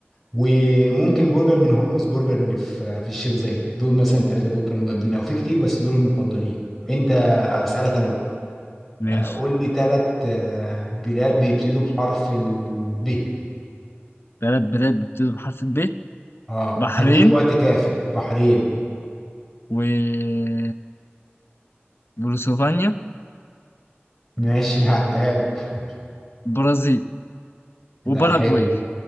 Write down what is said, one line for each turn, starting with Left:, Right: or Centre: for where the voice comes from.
Centre: وممكن برجر من هولمز برجر اللي في في الشيخ زايد دول مثلا ثلاثة دول كانوا جامدين او في كتير بس دول المفضلين انت اسالك انا بقى
Left: ماشي
Centre: آه، قول لي ثلاث بلاد بيبتدوا بحرف ال ب
Left: ثلاث بلاد بتبتدي بحرف الب
Centre: اه
Left: بحرين
Centre: هديك وقت كافي بحرين
Left: و بولوسوفانيا
Centre: ماشي هعديها لك
Left: برازيل
Centre: لا
Left: وباراجواي
Centre: حلو